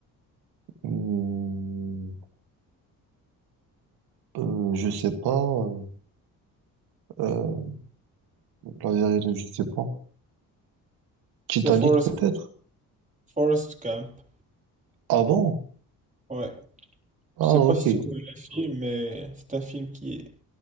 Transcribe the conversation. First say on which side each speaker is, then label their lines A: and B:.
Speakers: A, on the right; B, on the right.
A: Hmm, euh, je sais pas. euh, euh, la vérité, je sais pas. Titanic
B: c'est Forrest,
A: peut-être?
B: Forrest Gump.
A: Ah bon?
B: Ouais,
A: Ah
B: je sais pas
A: ok.
B: si tu connais le film, mais c'est un film qui est